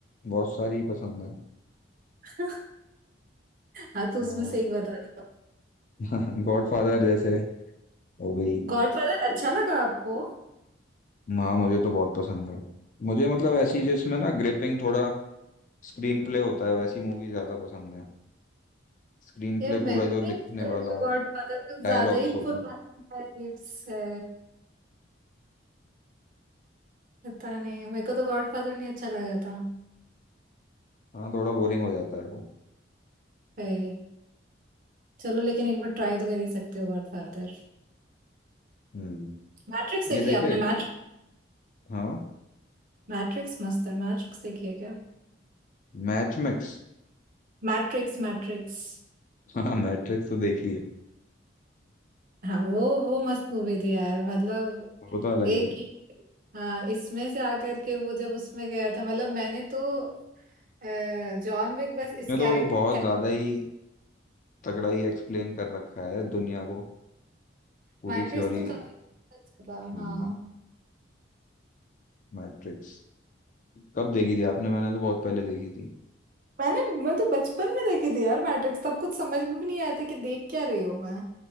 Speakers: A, on the left; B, on the right.
A: बहुत सारी पसंद है
B: <laughs> हाँ तो उसमें
A: हाँ
B: से एक बता दो
A: <laughs> गॉडफादर जैसे हो गई
B: गॉडफादर अच्छा लगा आपको
A: हाँ मुझे तो बहुत पसंद है मुझे मतलब ऐसी जिसमें ना ग्रिपिंग थोड़ा स्क्रीन प्ले होता है वैसी मूवी ज्यादा पसंद है स्क्रीन
B: ये
A: प्ले
B: मेरे
A: पूरा
B: को
A: जो
B: नहीं
A: लिखने
B: अच्छा लगा
A: वाला
B: गॉडफादर कुछ
A: डायलॉग्स
B: ज्यादा ही
A: होते
B: पुराना
A: हैं
B: टाइप्स है पता नहीं मेरे को तो गॉडफादर नहीं अच्छा लगा था
A: हाँ थोड़ा बोरिंग हो जाता है वो
B: भाई चलो लेकिन एक बार ट्राई तो कर ही सकते हो गॉडफादर
A: हम्म
B: मैट्रिक्स देखी
A: ये देखिए
B: आपने मैट्रिक्स
A: हाँ
B: मैट्रिक्स मस्त है मैट्रिक्स देखी है क्या
A: Match mix
B: Matrix matrix
A: हाँ मैट्रिक्स तो देखी है
B: हाँ वो वो मस्त मूवी थी यार मतलब
A: वो तो अलग ही
B: एक
A: है
B: ही हाँ इसमें से आकर के वो जब उसमें गया था मतलब मैंने तो अ, जॉन विक बस
A: इसमें
B: इस
A: तो
B: कैरेक्टर
A: वो बहुत ज्यादा ही तगड़ा ही एक्सप्लेन कर रखा है दुनिया को पूरी
B: मैट्रिक्स
A: थ्योरी
B: तो काफी अच्छा था
A: हम्म
B: हाँ
A: मैट्रिक्स कब देखी थी आपने मैंने तो बहुत पहले देखी थी
B: मैंने मैं तो बचपन में देखी थी यार मैट्रिक्स तब कुछ समझ में भी नहीं आया था कि देख क्या रही हूँ मैं